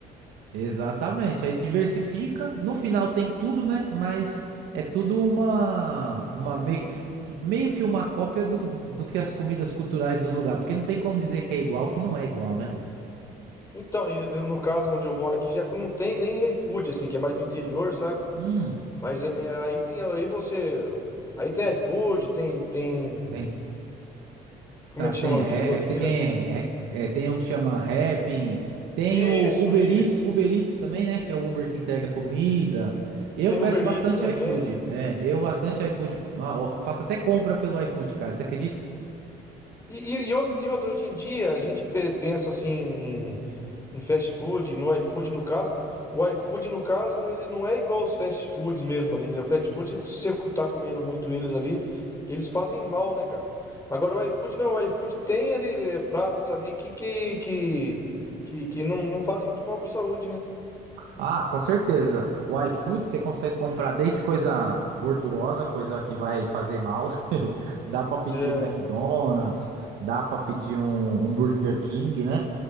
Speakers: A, on the right (about 80°); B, on the left (about 20°).
A: Exatamente. Aí diversifica, no final tem tudo, né? Mas é tudo uma, uma meio, meio que uma cópia do, do que as comidas culturais dos lugares, porque não tem como dizer que é igual, que não é igual, né, velho?
B: Então, e eu- no caso onde eu moro aqui, já que não tem nem iFood, assim, que é mais no interior, sabe?
A: Hum,
B: Mas é, aí tem, aí você, aí tem iFood, tem, tem,
A: tem,
B: como
A: tá,
B: é que
A: tem,
B: chama aquele
A: ré-
B: outro
A: é, tem,
B: mesmo?
A: é, é, tem um que chama Rappin, tem
B: Isso,
A: o Uber
B: isso.
A: Eats, Uber Eats também, né? Que é o Uber que entrega comida. Eu
B: Tem
A: peço
B: Uber
A: bastante
B: Eats também.
A: iFood, é, eu bastante iFood. Ah, ó, faço até compra pelo iFood, cara, você acredita?
B: E, e, e outra, e outra, hoje em dia a gente pe- pensa assim em, em fast food, no iFood no caso. O iFood, no caso, ele não é igual aos fast foods mesmo ali, né? O fast food, se você tá comendo muito eles ali, eles fazem mal, né, cara? Agora o iFood não, o iFood tem ali é, pratos ali que, que, que, que, que não, não fazem muito mal pra saúde, né?
A: Ah, com certeza. O iFood você consegue comprar desde coisa gordurosa, coisa que vai fazer mal. <laughs> Dá pra pedir
B: É,
A: um McDonald's, dá pra pedir um, um Burger King, né?